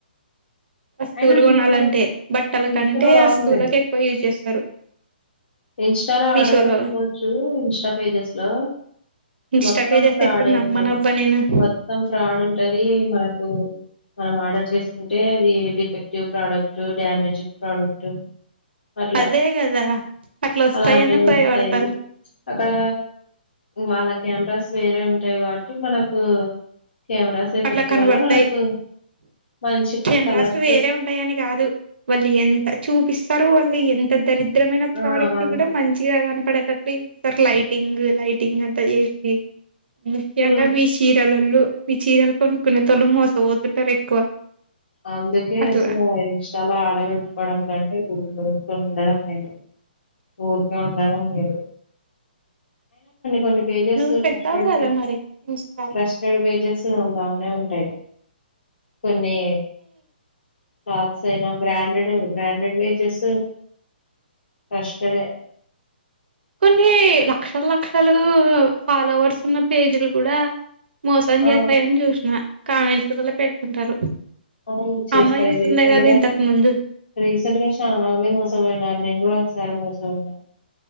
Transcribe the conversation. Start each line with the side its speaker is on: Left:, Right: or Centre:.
Right: వస్తువులు
Left: అయినా మీషో
Right: కొనాలంటే బట్టల
Left: మీషోలో
Right: కంటే
Left: బాగుండే
Right: వస్తువులక్ ఎక్కువ యూజ్ చేస్తారు
Left: ఇన్స్టాలో
Right: మీషోలో
Left: ఆర్డర్ పెట్టుకోవచ్చు ఇన్స్టా పేజెస్ లో
Right: ఇన్స్టా
Left: మొత్తం
Right: పేజెస్
Left: ఫ్రాడే
Right: ఎప్పుడు నమ్మనబ్బా
Left: ఉంటది
Right: నేను
Left: మొత్తం ఫ్రాడ్ ఉంటది మనకు మనం ఆర్డర్ చేసుకుంటే అది డిఫెక్టివ్ ప్రోడక్ట్ డ్యామేజ్ ప్రోడక్ట్ అట్లా
Right: అదే కదా అట్లా వస్తాయని
Left: అలాంటివి
Right: భయపడతారు
Left: ఒస్తాయి క్కడ వాళ్ళ కెమెరాస్ వేరే ఉంటాయి కాబట్టి మనకు కెమెరాస్ ఎఫెక్ట్
Right: అట్లా కనబడతాయి
Left: వల్ల మనకు మంచి కు
Right: కెమెరాస్
Left: కలర్
Right: వేరే ఉంటాయని కాదు వాళ్ళు ఎంత చూపిస్తారు వాళ్ళు ఎంత దరిద్రమైన
Left: ఆ
Right: ప్రోడక్ట్
Left: వాళ్ళ
Right: కూడా మంచిగా కన్ పడేటటి చూపిస్తారు లైటింగ్ లైటింగ్ అంతా చేసి ముఖ్యంగా
Left: హ్మ్.
Right: మీ షిరాలు ళ్ళు మీ చీరలు కొనుక్కునే తోలు మోసపోతుంటారు ఎక్కువ
Left: అందుకే
Right: అట్లా
Left: అసల ఇంస్టాలో ఆడర్ పెట్టుకోడం కంటే గుడుం గుడుం ఉండడం మేలు ఊరికే ఉండడం మేలు కొన్ని పేజెస్
Right: నువ్వు పెడతావు
Left: ట్రస్టెడ్
Right: కదా
Left: పే
Right: మరి ఇన్స్టాల్
Left: ట్రస్టెడ్ పేజెసే బానే ఉంటాయి కొన్ని క్లాత్స్ అయినా బ్రాండెడ్ బ్రాండెడ్ వాజెస్ ట్రస్టెడ్ ఏ
Right: కొన్ని లక్షల లక్షలు ఫాలోవర్స్ ఉన్న పేజీలో కూడా మోసం
Left: ఆ
Right: చేస్తాయని చూసిన కామెంట్పిల్లలు పెడుతుంటారు
Left: అవును చేస్తాయి
Right: అమ్మ చూస్తుండే
Left: రీసెంట్గా
Right: కదా ఇంతకు ముందు
Left: రీసెంట్ గా చాలామంది మోసంపోయినారు నేన్ కూడా ఒకసారి మోసపోయిన